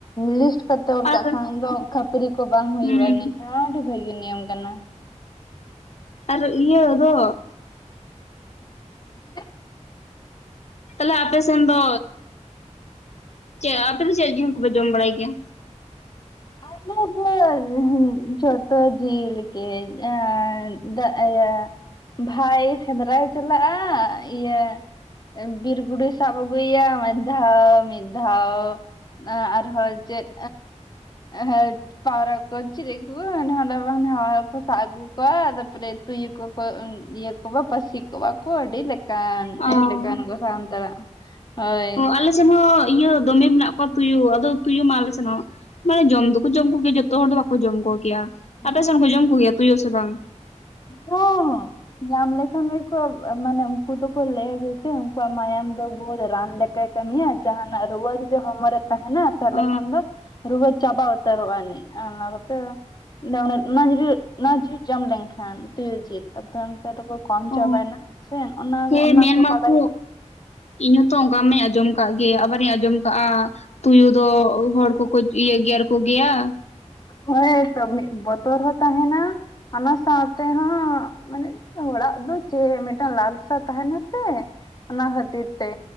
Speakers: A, on the left (about 35°); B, on the left (about 60°).
A: ᱞᱤᱥᱴ <unintelligible> ᱛᱚᱨ ᱠᱟᱜ
B: ᱟᱨ
A: ᱠᱷᱟᱱ ᱫᱚ ᱠᱷᱟᱹᱯᱨᱤ ᱠᱚ ᱵᱟᱝ
B: ᱦᱩᱸ
A: ᱦᱩᱭᱩᱜ-ᱟ ᱤᱱᱟᱹ ᱠᱷᱟᱡᱟᱹᱰᱤ ᱵᱷᱟᱹᱜᱤ ᱱᱤᱭᱚᱢ ᱠᱟᱱᱟ ᱾
B: ᱟᱨᱚ ᱤᱭᱟᱹ ᱫᱚ
A: ᱪᱮᱫ?
B: ᱛᱟᱦᱞᱮ ᱟᱯᱮ ᱥᱮᱱ ᱫᱚ ᱪᱮᱫ ᱟᱯᱮ ᱫᱚ ᱪᱮᱫ ᱡᱤᱞ ᱠᱚᱯᱮ ᱡᱚᱢ ᱵᱟᱲᱟᱭ ᱜᱮᱭᱟ?
A: ᱟᱞᱮ ᱫᱚ ᱡᱷᱚᱛᱚ ᱡᱤᱞ ᱜᱮ, ᱮᱸ ᱫᱟᱜ ᱟᱭᱟ ᱾ ᱵᱷᱟᱭ ᱥᱮᱸᱫᱽᱨᱟᱭ ᱪᱟᱞᱟᱜᱼᱟ ᱤᱭᱟᱹ ᱵᱤᱨ ᱜᱩᱰᱩᱭ ᱥᱟᱵ ᱟᱹᱜᱩᱭᱭᱟ ᱢᱤᱫ ᱫᱷᱟᱣ ᱢᱤᱫ ᱫᱷᱟᱣ ᱟᱨᱦᱚᱸ ᱪᱮᱫ ᱦᱮᱸᱪ ᱯᱟᱣᱨᱟ ᱠᱚ ᱪᱮᱞᱤ ᱠᱚ <unintelligible> ᱠᱚ ᱥᱟᱵ ᱟᱹᱜᱩ ᱠᱚᱣᱟ ᱛᱟᱯᱚᱨᱮ ᱛᱩᱭᱩ ᱠᱚᱠᱚ ᱤᱭᱟᱹ ᱠᱚᱣᱟ ᱯᱟᱹᱥᱤ ᱠᱚᱣᱟ ᱠᱚ ᱟᱹᱰᱤ ᱞᱮᱠ ᱠᱟᱱ
B: ᱚ
A: ᱟᱹᱰᱤ ᱞᱮᱠᱟᱱ ᱠᱚ ᱥᱛᱟᱲᱟᱜ ᱾ ᱦᱳᱭ
B: ᱚ
A: ᱾
B: ᱟᱞᱮ ᱥᱮᱱ ᱦᱚᱸ ᱤᱭᱟᱹ ᱫᱚᱢᱮ ᱢᱮᱱᱟᱜ ᱠᱚᱣᱟ ᱛᱩᱭᱩ ᱟᱫᱚ ᱛᱩᱭᱩ ᱢᱟ ᱟᱞᱮ ᱥᱮᱱ ᱦᱚᱸ ᱢᱟᱱᱮ ᱡᱚᱢ ᱫᱚᱠᱚ
A: ᱦᱩᱸ
B: ᱡᱚᱢ ᱠᱚᱜᱮᱭᱟ ᱡᱚᱛᱚ ᱦᱚᱲ ᱫᱚ ᱵᱟᱠᱚ ᱡᱚᱢ ᱠᱚᱜᱮᱭᱟ ᱾
A: ᱦᱩᱸ
B: ᱟᱯᱮ ᱥᱮᱱ ᱠᱚ ᱡᱚᱢ ᱠᱚᱜᱮᱭᱟ ᱛᱩᱭᱩ ᱥᱮ ᱵᱟᱝ?
A: ᱦᱮᱸ ᱦᱮᱸ ᱾ ᱧᱟᱢ ᱞᱮᱠᱷᱟᱱ ᱜᱮᱠᱚ ᱢᱟᱱᱮ ᱩᱱᱠᱩ ᱫᱚᱠᱚ ᱞᱟᱹᱭᱟ ᱜᱮ ᱥᱮ ᱩᱱᱠᱩᱣᱟᱜ ᱢᱟᱭᱟᱢ ᱫᱚ ᱵᱚᱦᱩᱛ ᱨᱟᱱ ᱞᱮᱠ ᱠᱟᱭ ᱠᱟᱹᱢᱤᱭᱟ ᱡᱟᱦᱟᱸᱱᱟᱜ ᱨᱩᱣᱟᱹ ᱡᱩᱫᱤ ᱦᱚᱲᱢᱚ ᱨᱮ ᱛᱟᱦᱮᱱᱟ ᱾ ᱛᱟᱦᱚᱞᱮ
B: ᱚ
A: ᱠᱷᱟᱱ ᱫᱚ ᱨᱩᱣᱟᱹ ᱪᱟᱵᱟ ᱩᱛᱟᱹᱨᱚᱜᱼᱟ ᱟᱹᱱᱤᱡ ᱚᱱᱟ ᱠᱚᱛᱮ ᱾ ᱚᱱᱟ ᱚᱱᱟ ᱚᱱᱟ ᱡᱩᱫᱤ ᱚᱱᱟ ᱡᱤᱞ ᱡᱚᱢ ᱞᱮᱱᱠᱷᱟᱱ ᱛᱩᱭᱩ ᱡᱤᱞ ᱾ ᱛᱟᱭᱚᱢ ᱛᱮ ᱟᱫᱚ ᱠᱚ ᱠᱚᱢ ᱪᱟᱵᱟᱭᱮᱱᱟ
B: ᱚ ᱚ
A: ᱥᱮ ᱚᱱᱟ
B: ᱦᱮᱸ
A: ᱚᱱᱟ
B: ᱢᱮᱱ
A: ᱠᱚ
B: ᱢᱟᱠᱚ
A: ᱵᱟᱰᱟᱭ
B: ᱤᱧ ᱦᱚᱸᱛᱚ ᱚᱱᱠᱟ ᱢᱟᱸᱧ ᱟᱸᱡᱚᱢ ᱠᱟᱜ ᱜᱮ ᱟᱵᱟᱨᱤᱧ ᱟᱸᱡᱚᱢ ᱠᱟᱜᱼᱟ ᱛᱩᱭᱩ ᱫᱚ ᱦᱚᱲ ᱠᱚᱠᱚ ᱤᱭᱟᱹ ᱜᱮᱨ ᱠᱚᱜᱮᱭᱟ ᱾
A: ᱦᱳᱭ ᱛᱚ ᱢᱤᱫ ᱵᱚᱛᱚᱨ ᱦᱚᱸ ᱛᱟᱦᱮᱱᱟ ᱚᱱᱟ ᱥᱟᱶ ᱛᱮᱦᱚᱸ ᱢᱟᱱᱮ ᱦᱚᱲᱟᱜ ᱫᱚ ᱪᱮᱫ ᱢᱮᱫᱴᱟᱝ ᱞᱟᱞᱥᱟ ᱛᱟᱦᱮᱱᱟ ᱥᱮ ᱾ ᱚᱱᱟ ᱠᱷᱟᱹᱛᱤᱨ ᱛᱮ